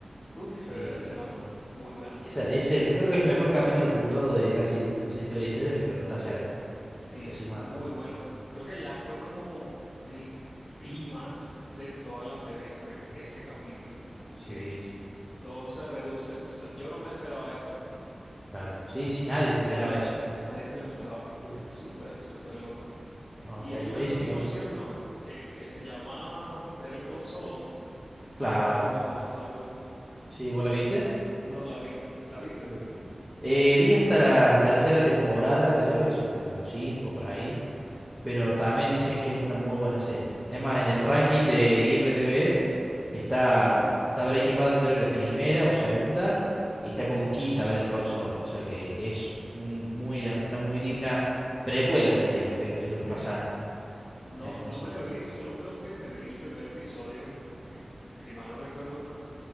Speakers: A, on the left; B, in the centre.
A: uy, se
B: sí.
A: ve la escena,
B: sí.
A: ¿no? Muy buena.
B: Esa, es el, creo que es el mejor capítulo puntuado de casi, no sé si toda la historia, pero está cerca.
A: Sí,
B: Ozymandias.
A: es muy bueno. Creo que ya fue como el clímax de toda la serie fue ese capítulo, como
B: Sí,
A: que
B: sí,
A: todo se reduce, o sea, yo no me esperaba eso.
B: claro. Sí, sí,
A: Entonces
B: nadie
A: creo
B: se esperaba
A: que
B: eso.
A: nadie se lo esperaba, fue
B: Sí, sí,
A: súper,
B: sí.
A: súper loco.
B: No,
A: Y
B: tú,
A: hay una
B: ese
A: continuación,
B: capítulo.
A: ¿no? Eh, que se llama Better Call Saul, que
B: Claro.
A: es la del abogado de Saúl.
B: Sí, ¿vos la viste?
A: No la vi. ¿La viste?
B: Uh. Eh, vi hasta la tercera temporada, creo, y son como cinco por ahí, pero también dicen que es una muy buena serie. Es más,
A: Que
B: en
A: es
B: el
A: buena.
B: ranking de IMDb está, bueno, está Breaking Bad creo que primera o segunda, y está como quinta Better Call Saul, o sea que es un muy, una muy digna precuela seria, porque es, es lo
A: Sí.
B: que pasa antes.
A: No,
B: Entonces,
A: no me la vi, solo creo que me vi el primer episodio, que si mal no recuerdo,